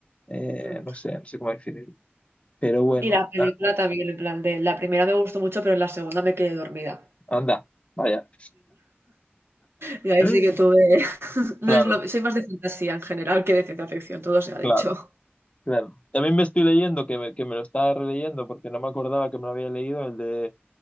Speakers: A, on the left (about 30°); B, on the right (about 75°).
A: Eh,
B: Mm.
A: no sé, no sé cómo definirlo. Pero bueno,
B: Y la película
A: a-
B: también, en plan de la primera me gustó mucho, pero en la segunda me quedé dormida.
A: anda, vaya.
B: Y ahí
A: <laughs>
B: sí que tuve. No
A: Claro,
B: es lo... Soy más de fantasía en general que de ciencia ficción, todo se ha dicho.
A: claro, claro. También me estoy leyendo, que me, que me lo estaba releyendo porque no me acordaba que me lo había leído, el de